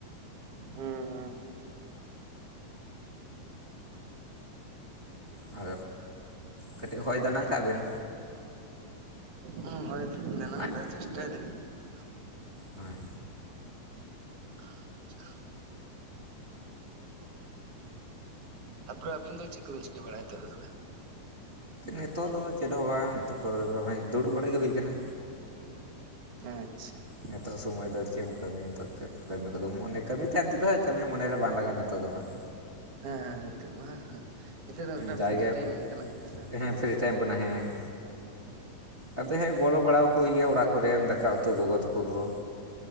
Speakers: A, on the right; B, on the right.
A: ᱦᱩᱸ
B: ᱦᱳ ᱠᱟᱹᱴᱤᱡ ᱦᱚᱭ ᱫᱟᱱᱟᱝ ᱠᱟᱜ ᱵᱮᱱ,
A: ᱦᱩᱸ ᱦᱚᱭ ᱫᱚᱞᱤᱧ ᱫᱟᱱᱟᱝ
B: ᱟᱡ
A: ᱫᱟ ᱪᱮᱥᱴᱟᱭ ᱫᱟᱞᱤᱧ᱾ ᱠᱤᱱᱛᱩ
B: ᱦᱳᱭ᱾
A: ᱟᱪᱪᱷᱟ᱾ ᱛᱟᱨ ᱯᱚᱨᱮ ᱟᱹᱵᱤᱱ ᱫᱚ ᱪᱮᱫ ᱠᱚᱵᱤᱱ ᱪᱤᱠᱟᱹ ᱵᱟᱲᱟᱭ ᱛᱮ <unintelligible> ᱛᱚᱵᱮ᱾
B: ᱱᱤᱛᱚᱜ ᱫᱚ ᱪᱮᱫ ᱦᱚᱸ ᱵᱟᱝ ᱱᱤᱛᱚᱜ ᱠᱚᱨᱮ ᱫᱚ‌ ᱫᱩᱲᱩᱵ ᱵᱟᱲᱟ ᱜᱮ ᱦᱩᱭ ᱠᱟᱱᱟ᱾
A: ᱟᱪᱪᱷᱟ᱾
B: ᱱᱤᱛᱚᱜ ᱥᱚᱢᱚᱭ ᱫᱚ ᱪᱮᱫ ᱮᱢ ᱠᱟᱹᱢᱤᱭᱟ ᱱᱤᱛᱚᱜ ᱠᱟᱹᱢᱤ ᱠᱚᱫᱚ ᱢᱚᱱᱮ ᱠᱟᱹᱢᱤ ᱛᱟᱦᱮᱱ ᱛᱩᱞᱟᱹᱠ ᱠᱟᱹᱢᱤ ᱢᱚᱱᱮ ᱨᱮ ᱵᱟᱝ ᱞᱟᱜᱟᱜᱼᱟ ᱱᱤᱛᱚᱜ ᱫᱚ ᱦᱟᱸᱜ᱾
A: ᱦᱮᱸ ᱦᱮᱸ ᱱᱤᱛᱚᱜ ᱢᱟ ᱱᱤᱛᱚᱜ ᱫᱚ ᱢᱤᱫᱴᱟᱝ
B: ᱡᱟᱭᱜᱮ
A: ᱯᱷᱨᱤ ᱴᱤᱭᱟᱢ ᱠᱟᱱᱟ ᱱᱤᱛᱚᱜ ᱫᱚ᱾
B: ᱦᱮᱸ ᱯᱷᱨᱤ ᱴᱟᱭᱤᱢ ᱠᱟᱱᱟ ᱦᱮᱸ᱾
A: <unintelligible>
B: ᱟᱫᱚ ᱦᱮᱸ ᱜᱚᱲᱚ ᱵᱟᱲᱟ ᱠᱚ ᱦᱩᱭᱩᱜ ᱜᱮ ᱚᱲᱟᱜ ᱠᱚᱨᱮᱱ ᱫᱟᱠᱟ ᱩᱛᱩ ᱜᱚᱜᱚ ᱛᱟᱠᱚ ᱦᱚᱸ᱾